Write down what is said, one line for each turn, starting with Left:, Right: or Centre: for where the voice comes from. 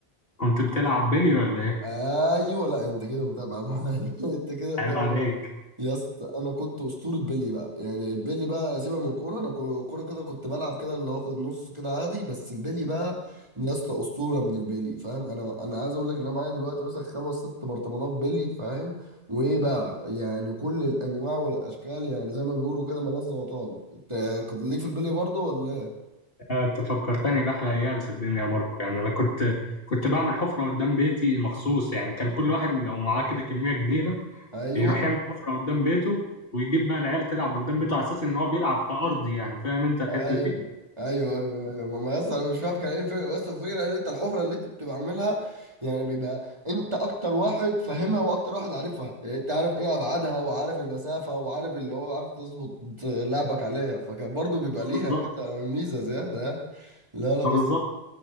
Left: كنت بتلعب بيلي ولا ايه؟
Right: ايوه لا انت كده متابع معايا <laughs> انت كده متابع
Left: عيب عليك
Right: معايا يا اسطى انا كنت اسطوره بيلي بقى يعني البيلي بقى سيبك من الكوره انا كو- كوره كده كنت بلعب كده اللي هو في النص كده عادي بس البيلي بقى يا اسطى اسطوره من البيلي فاهم انا انا عايز اقول لك ان انا معايا دلوقتي مثلا خمس ست برطمانات بيلي فاهم وايه بقى يعني كل الانواع والاشكال يعني زي ما بيقولوا كده ملظه وطاب انت كنت ليك في البيلي برضه ولا إيه؟
Left: آه، انت فكرتني باحلى ايام صدقني يا ماركو يعني انا كنت كنت بعمل حفره قدام بيتي مخصوص يعني كان كل واحد لو معاه كده كميه كبيره
Right: ايوه
Left: يروح يعمل حفرة قدام بيته ويجيب بقى العيال تلعب قدام بيته على اساس ان هو بيلعب في ارضي يعني فاهم انت الحتة
Right: ايوه
Left: دي
Right: ايوه ايوه ايوه ما اصلا انا مش فاهم كان ايه الفكره بس الفكره ان انت الحفره اللي انت بتبقى عاملها يعني بيبقى انت اكتر واحد فاهمها واكتر واحد عارفها يعني انت عارف ايه ابعادها وعارف المسافه وعارف اللي هو عارف تظبط لعبك عليها فكان برضو بيبقى ليها
Left: بالظبط
Right: كده ميزه زياده يعني لا لا بس
Left: آه، بالظبط